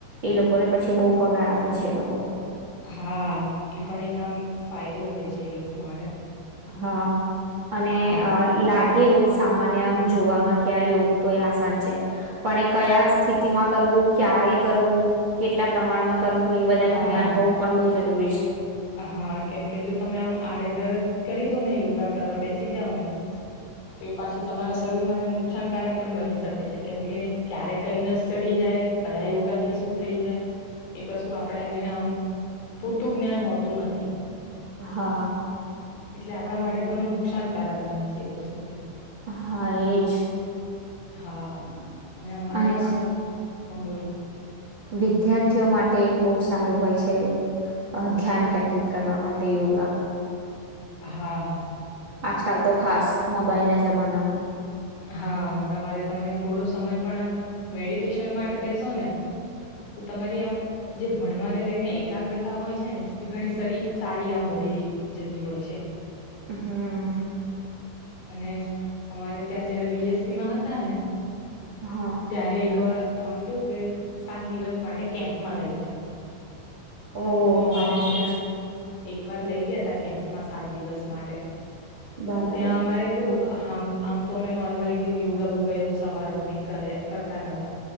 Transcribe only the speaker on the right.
એ લોકોને પછી બહુ પગાર આપે છે એ લોકો.
હા. અને
અહ લાગે ઉસ સામાન્ય આમ જોવામાં ક્યા યોગ તો એ આસાન છે પણ એ કયા સ્થિતિમાં કરવું ક્યારે કરવું કેટલા પ્રમાણમાં કરવું એ બધા નું
ધ્યાન હોવું પણ બહુ જરૂરી છે.
હા.
હા એજ.
<unintelligible>
વિદ્યાર્થીઓ માટે એક બહુ સારું હોય છે, અહ ધ્યાન કેન્દ્રિત કરવા માટે યોગા.
આજકાલ તો ખાસ મોબાઈલના જમાનામાં
હમ્મ.
હા
ઓ
હા
બરાબર